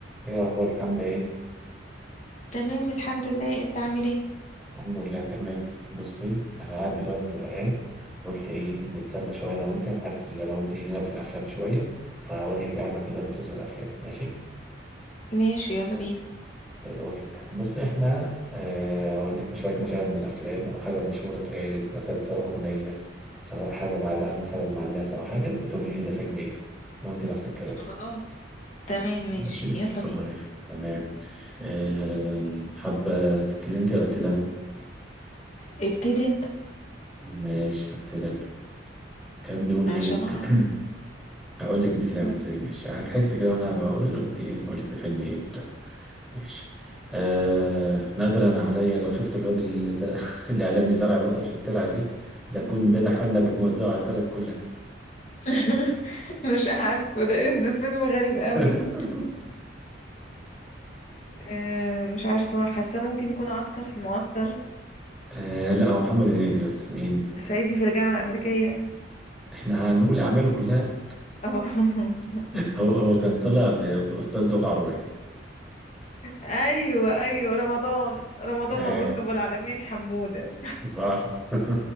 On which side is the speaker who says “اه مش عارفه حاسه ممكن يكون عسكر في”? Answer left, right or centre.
Left